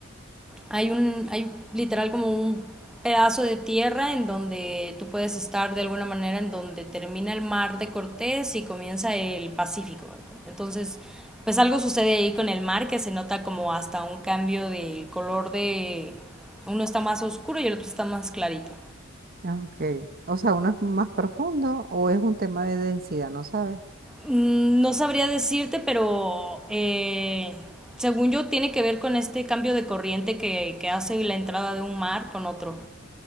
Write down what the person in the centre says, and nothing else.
hay un, hay literal como un pedazo de tierra en donde tú puedes estar de alguna manera en donde termina el mar de Cortés y comienza el Pacífico. ¿verdad? Entonces, pues algo sucede ahí con el mar que se nota como hasta un cambio del color de uno está más oscuro y el otro está más clarito.
Mm, No sabría decirte, pero eh, según yo tiene que ver con este cambio de corriente que, que hace la entrada de un mar con otro.